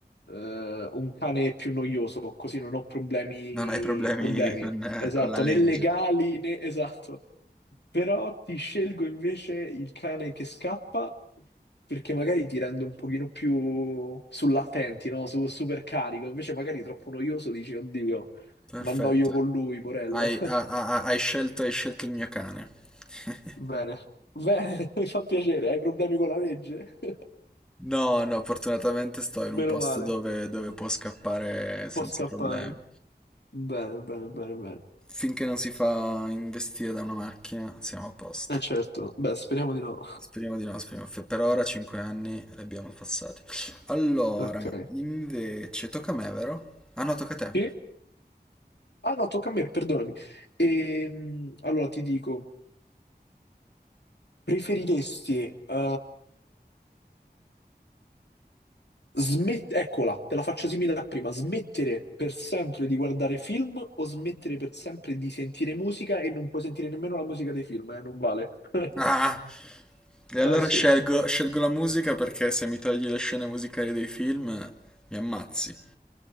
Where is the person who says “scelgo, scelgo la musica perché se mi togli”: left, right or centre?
Centre